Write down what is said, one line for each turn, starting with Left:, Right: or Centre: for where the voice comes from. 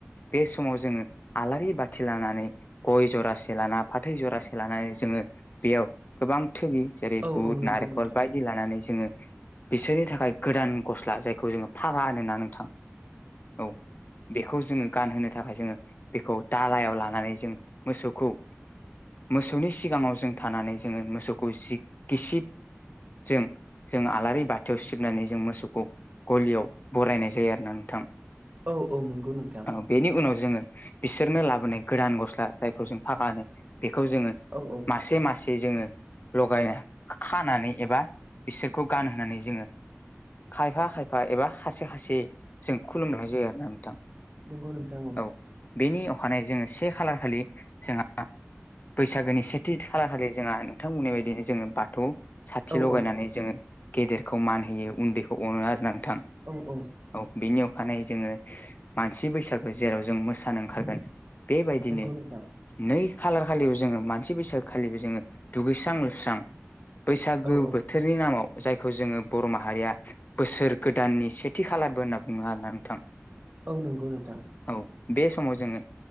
Left: बे समाव जोङो आलारि बाथि लानानै गय जरासे लाना फाथै जरासे लानानै जों। जोङो बेयाव गोबां थोगि जेरै
Right: औ
Left: बुद
Right: औ नंगौ
Left: नारेंखल
Right: नोंथां
Left: बायदि लानानै। जोङो बिसोरनि थाखाय गोदान गस्ला जायखौ जोङो फागा होनो ना नोंथां औ बेखौ जोङो गानहोनो थाखाय जोङो बेखौ दालायाव लानानै जों मोसौखौ मोसौनि सिगाङाव जों थानानै जोङो मोसौखौ जि गिसिब जों जों आलारि बाथियाव सिबनानै जों मोसौखौ गलियाव बरायनाय जायो आरोना नोंथां
Right: औ औ नंगौ नोंथां
Left: औ बेनि उनाव जोङो बिसोरनो लाबोनाय गोदान गस्ला जायखौ जों फागा होनो बेखौ जोङो
Right: औ औ
Left: मासे मासे जोङो लगायनो खानानै एबा बिसोरखौ गानहोनानै जोङो खायफा खायफा एबा खायसे खायसे जों खुलुमला जाया आरोना नोंथां
Right: नंगौ नोंथां
Left: औ बेनि अखानायै जोङो से खालार खालि जोंहा बैसागोनि सेथि खालारखालि जोंहा नोंथां बुंनाय बायदिनो जोङो बाथौ साथि
Right: औ
Left: लगायनानै जोङो गेदेरखौ मान होयो उन्दैखौ अनो आरोना नों थां
Right: औ औ
Left: औ बेनि अख खानायै जोङो मानसि बैसागो जेराव जों मोसानो ओंखारगोन बेबायदिनो
Right: नंगौ नोंथां
Left: नै खालार खालिबो जोङो मानसि बैसागोखालिबो जोङो दुगैस्रां लोबस्रां बैसागो
Right: औ औ
Left: बोथोरनि नामाव जायखौ जोङो बर माहारिया बोसोर गोदाननि सेथि खालारबो होनना बुङो आरोना नोंथां
Right: औ नंगौ नोंथां
Left: औ बे समाव जोङो